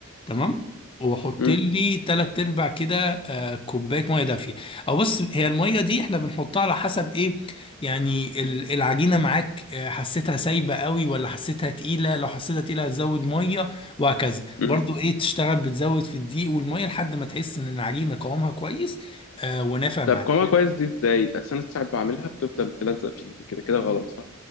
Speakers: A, on the left; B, on the left.
A: تمام وحط
B: امم
A: لي تلات ارباع كده آه، كوبايه ميه دافيه او بص هي الميه دي احنا بنحطها على حسب ايه يعني ال- العجينه معاك آه، حسيتها سايبه قوي ولا حسيتها تقيله لو حسيتها تقيله هتزود ميه وهكذا
B: أمم.
A: برضو ايه تشتغل بتزود في الدقيق والميه لحد ما تحس ان العجينه قوامها كويس آه، ونافع
B: طب
A: معاك
B: قوامها كويس دي ازاي اصل انا ساعات بعملها بتفضل تلزق في ايدي كده كده غلط صح ما